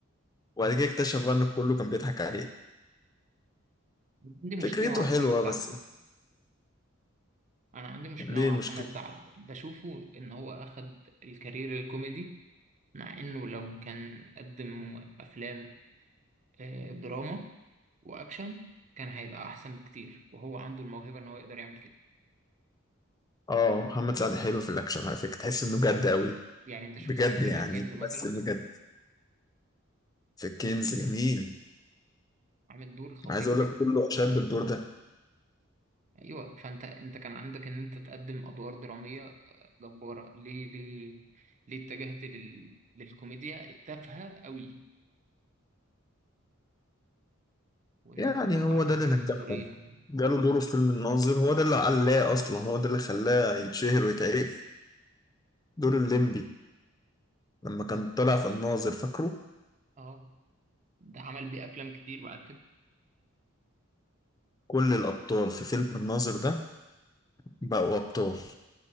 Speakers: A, on the left (about 20°); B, on the right (about 35°).
A: وبعد كده اكتشف بقى ان كله كان بيضحك عليه
B: عندي مشكله
A: فكرته
B: مع
A: حلوه
B: محمد
A: بس
B: سعد انا عندي مشكله
A: ليه
B: مع
A: المشكله
B: محمد سعد بشوفه ان هو اخد الكارير الكوميدي مع انه لو كان قدم افلام آه، دراما واكشن كان هيبقى احسن بكتير وهو عنده الموهبه ان هو يقدر يعمل كده
A: اه محمد سعد حلو في الاكشن على فكره تحس انه جد قوي
B: يعني انت شفته
A: بجد
B: في فيلم
A: يعني
B: كنز مثلا
A: بس بجد في كنز جميل
B: عامل دور خطير
A: عايز اقول
B: جدا
A: لك كله اشاد بالدور ده
B: ايوه فانت انت كان عندك ان انت تقدم ادوار دراميه آه، جباره ليه ليه ليه اتجهت لل... للكوميديا التافهه قوي وان
A: يعني
B: انت تطلع
A: هو
B: في
A: ده
B: الفيلم
A: اللي نجحه
B: بدورين و...
A: جاله دوره في فيلم الناظر هو ده اللي علاه اصلا هو ده اللي خلاه يتشهر ويتعرف دور الليمبي لما كان طلع في الناظر فاكره
B: اه ده عمل بيه افلام كتير بعد كده
A: كل الأبطال في فيلم الناظر ده بقوا أبطال